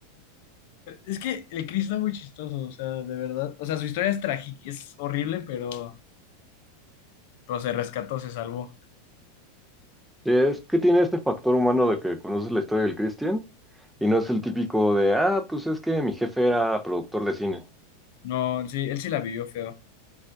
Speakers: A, on the left; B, in the centre.
A: Es que el Chris está muy chistoso, o sea, de verdad. O sea, su historia es trágica, es horrible, pero, pero se rescató, se salvó.
B: Sí, es que tiene este factor humano de que conoces la historia del Christian y no es el típico de, ah, pues es que mi jefe era productor de cine.
A: No, sí, él sí la vivió feo.